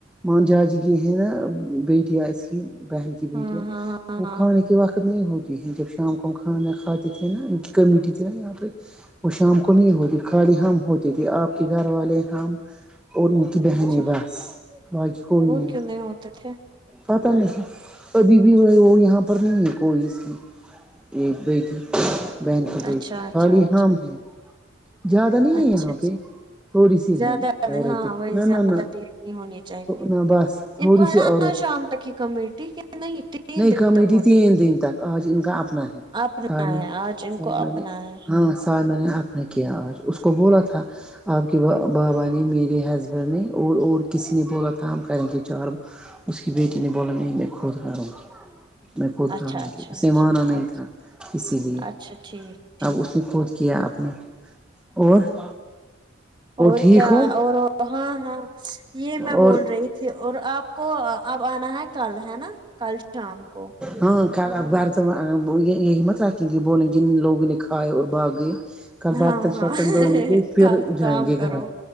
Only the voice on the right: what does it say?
ہاں ہاں ہاں
ہاں
اچھا
وہ
کیوں ہوتے تھے
اچھا اچھا
اچھا
اچھا
اچھا
زیادہ
ہاں وہی
زیادہ
بھیڑ نہیں ہونی چاہیے
ان کو ہےیر
شام <inaudible> کی کمیٹی کہ نہیں تین
دن
تک ہوتی
<inaudible>
اپنا
ہے آج ان
کو اپنا
ہے <inaudible>
اچھا
اچھا
اچھا
اچھا
اچھا ٹھیک
ٹھیک
اور
کیا
اور ہاں ہاں یہ میں
بول رہی تھی اور آپ <inaudible> کو اب آنا ہے کل ہے نا کل شام کو
ہاں ہاں
کل
کام
کرو